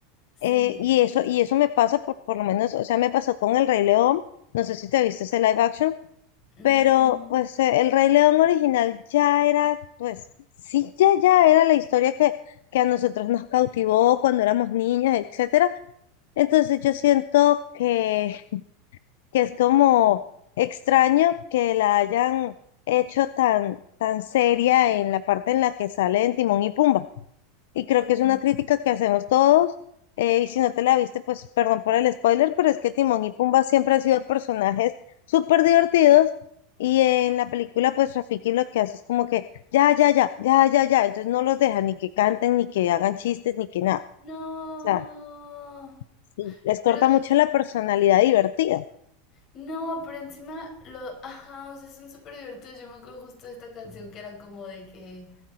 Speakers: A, on the left (about 40°); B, on the left (about 75°).
A: Sí.
B: Eh, y eso, y eso me pasa por, por lo menos, o sea, me pasó con El Rey León, no sé si te viste ese live action,
A: Mm.
B: pero pues eh, El Rey León original ya era, pues sí, ya, ya era la historia que, que a nosotros nos cautivó cuando éramos niñas, etcétera. Entonces yo siento que que es como extraño que la hayan hecho tan, tan seria en la parte en la que sale en Timón y Pumba. Y creo
A: Mm,
B: que es una crítica que hacemos todos. eh, y si no te la viste, pues perdón por el spoiler, pero es que Timón y Pumba siempre han sido personajes súper divertidos. Y en la película, pues Rafiki lo que hace es como que ya, ya, ya, ya, ya, ya. Entonces no los deja ni que canten, ni que hagan chistes, ni que nada.
A: No,
B: O sea, sí, les corta
A: pero
B: mucho la personalidad divertida.
A: no, pero encima los ajá, o sea, son súper divertidos. Yo me acuerdo justo de esta canción que era como de que,